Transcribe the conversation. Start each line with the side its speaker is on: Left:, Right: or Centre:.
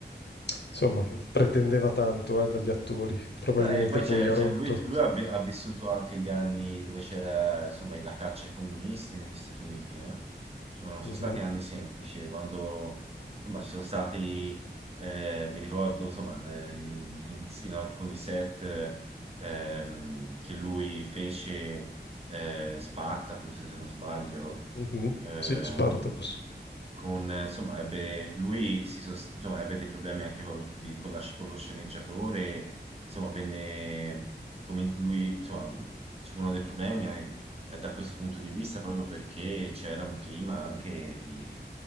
Left: insomma, pretendeva tanto, eh, dagli attori, probabilmente
Right: Sai, poi
Left: poi
Right: c'è,
Left: ha
Right: c'è-
Left: rotto.
Right: lui, lui ha, vi- ha vissuto anche gli anni dove c'era insomma la caccia ai comunisti negli Stati Uniti, eh. Insomma, non
Left: Mhm,
Right: sono stati anni semplici, eh, quando insomma ci sono stati, eh, mi ricordo insomma, eh, in, in- in alcuni set eh, ehm, che lui fece eh, Spartacus, se non sbaglio,
Left: mhm,
Right: ehm,
Left: Sì, Spartacus.
Right: con, eh, insomma, ebbe, lui si sos- insomma, ebbe dei problemi anche con lo, di- con la- con lo sceneggiatore insomma, venne, come lui, insomma, ci furono dei problemi eh, eh, da questo punto di vista proprio perché c'era un clima anche di,